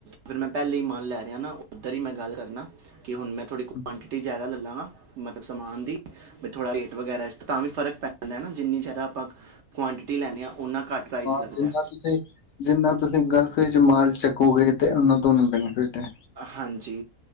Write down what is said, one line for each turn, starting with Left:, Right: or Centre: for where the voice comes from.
Right: ਫਿਰ ਮੈਂ ਪਹਿਲੇ ਹੀ ਮਾਲ ਲੈ ਰਿਹਾ ਨਾ ਉੱਧਰ ਹੀ ਮੈਂ ਗੱਲ ਕਰਨਾ ਕਿ ਹੁਣ ਮੈਂ ਥੋੜ੍ਹੀ ਕੁਆਂਟਿਟੀ
Left: ਹੂੰ।
Right: ਜ਼ਿਆਦਾ ਲਲਾਂਗਾ ਮਤਲਬ ਸਮਾਨ ਦੀ। ਵੀ ਥੋੜ੍ਹਾ ਰੇਟ ਵਗੈਰਾ ਤਾਂ ਵੀ ਫ਼ਰਕ ਪੈ ਜਾਂਦਾ ਨਾ ਜਿੰਨੀ ਜ਼ਿਆਦਾ ਆਪਾਂ ਕੁਆਂਟਿਟੀ ਲੈਂਨੇ ਆ। ਉਨਾ ਘੱਟ ਪ੍ਰਾਈਸ
Left: ਹਾਂ,
Right: ਲੱਗਦਾ
Left: ਜਿੰਨਾ
Right: ਹੈ
Left: ਤੁਸੀਂ ਜਿੰਨਾ ਤੁਸੀਂ ਗਲਫ ਵਿੱਚ ਮਾਲ ਚੱਕੋਗੇ ਤੇ ਓਨਾਂ ਤੁਆਨੂੰ ਬੈਨੀਫਿਟ ਹੈ।
Right: ਹਾਂਜੀ